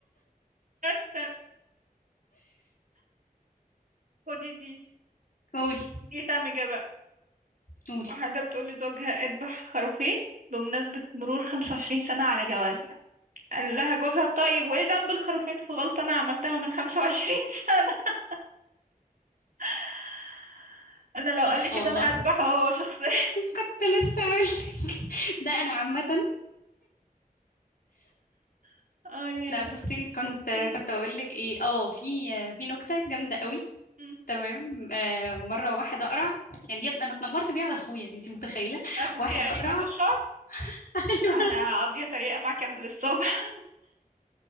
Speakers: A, on the right; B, on the left.
A: تن تن خدي دي
B: قولي
A: دي سامجة بقى
B: قولي
A: واحدة بتقول لزوجها اذبح خروفين بمناسبة مرور 25 سنة على جوازنا قال لها جوزها طيب وايه ذنب الخروفين في غلطة انا عملتها من 25 سنة <laughs> انا لو
B: قص
A: قال لي كده
B: والله
A: انا هذبحه هو شخصيا
B: كنت لسه اقول لك <laughs> ده انا عامه
A: <laughs> اه يا
B: لا
A: انا
B: بصي كنت
A: م-
B: كنت بقول لك ايه اه في في نكته جامده قوي
A: م.
B: تمام آه مره واحد اقرع يعني يب- انا اتنمرت بيه على اخويا انت متخيله
A: اخوك
B: واحد
A: يعني
B: اقرع
A: ما عندوش شعر
B: <laughs> ايوه
A: انا هقضيها تريقة معاك للصبح